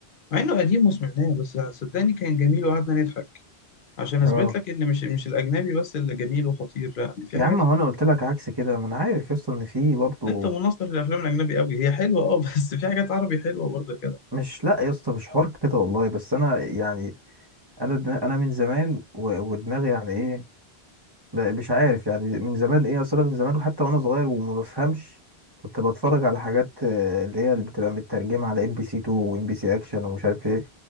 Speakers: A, on the left; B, on the right.
A: مع إنه قديم وسمعناه بس صدقني كان جميل وقعدنا نضحك عشان أثبت
B: اه
A: لك إن مش مش الأجنبي بس اللي جميل وخطير لا يعني في
B: يا
A: حاجات
B: عم هو
A: حلوة.
B: انا قلت لك عكس كده ما انا عارف يا اسطى ان في برضه
A: أنت مناصر للأفلام الأجنبي قوي هي حلوة أه <laughs> بس في حاجات عربي حلوة برضه كده
B: مش لا يا اسطى مش حوار كده والله بس انا يعني انا دم- انا من زمان و- ودماغي يعني ايه ب- مش عارف يعني من زمان ايه اصلا من زمان وحتى وانا صغير وما بفهمش كنت بتفرج على حاجات آه، اللي هي اللي بتبقى مترجمه على ام بي سي 2 وام بي سي اكشن ومش عارف ايه